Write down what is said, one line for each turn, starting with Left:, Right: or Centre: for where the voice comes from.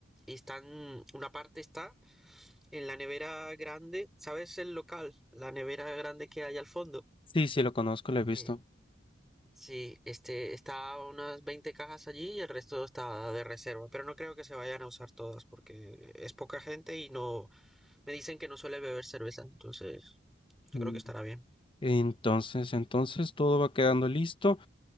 Centre: Y están, una parte está en la nevera grande, ¿sabes el local? La nevera grande que hay al fondo.
Left: Sí, sí, lo conozco, lo he visto.
Centre: Eh, sí, este, está unas 20 cajas allí y el resto está de reserva. Pero no creo que se vayan a usar todas porque es poca gente y no, Me dicen que no suele beber cerveza, entonces yo
Left: Mm.
Centre: creo que estará bien.
Left: Entonces, entonces todo va quedando listo.